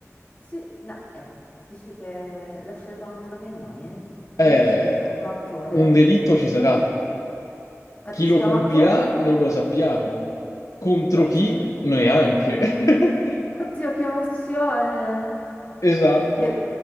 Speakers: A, on the left; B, on the left.
A: Sì, no, eh, dici che lo scelgono tra di noi?
B: Eh,
A: Non dici che c'è un attore?
B: un delitto ci sarà.
A: Ma dici
B: Chi lo
A: che
B: compirà
A: è un attore?
B: non lo sappiamo. Contro
A: Oddio,
B: chi?
A: che,
B: Neanche. <laughs>
A: oddio, che emozione!
B: Esatto.
A: Beh,